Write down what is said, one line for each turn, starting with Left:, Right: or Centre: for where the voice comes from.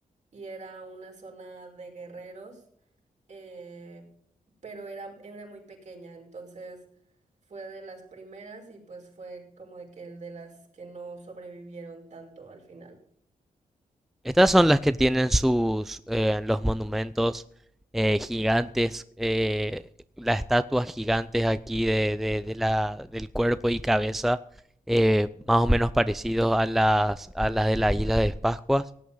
Right: y era una zona de guerreros, eh, pero era, era muy pequeña, entonces fue de las primeras y pues fue como de que el de las que no sobrevivieron tanto al final.
Centre: Estas son las que tienen sus eh, los monumentos eh, gigantes, eh, las estatuas gigantes aquí de, de- de la, del cuerpo y cabeza, eh, más o menos parecidos a las, a las de la isla de Pascuas.